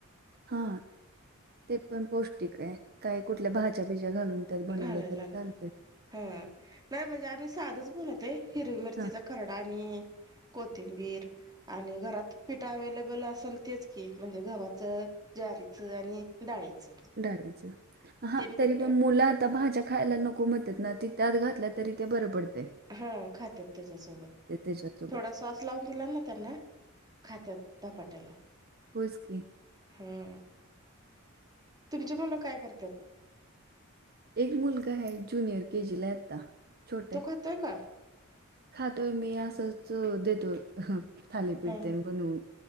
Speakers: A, on the right; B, on the right.
A: हा ते पण पौष्टिक आहे काय कुठल्या भाजी च्या बिच्या घालून त्यात बनवलं
B: घालायला
A: तरी
B: लागत
A: चालत
B: हा नाही म्हणजे आम्ही साधच बनवते हिरवी मिरचीचा
A: हा
B: खरडा आणि कोथिंबीर आणि घरात पिठ अवे्लेबल असेल तेच की म्हणजे गव्हाचं ज्वारीच आणि डाळीचं
A: डाळीच हा
B: तीन
A: तरी
B: पिठ
A: पण मुलं आता भाज्या खायला नको मतेत ना ती त्यात घातल्या तरी ते बरं पडते
B: हा खातात त्याच्यासोबत
A: त्याच्यासोबत
B: थोडा स्वास लावून दिला ना त्यांना खातत झधपाट्याला
A: होसके
B: हा तुमची मुलं काय करतात
A: एक मुलग आहे ज्युनियर केजीला आता छोट
B: तो
A: आहे
B: खातोय का?
A: खातोय मी असंच देतोय थालीपिडते
B: हा हा
A: बनवून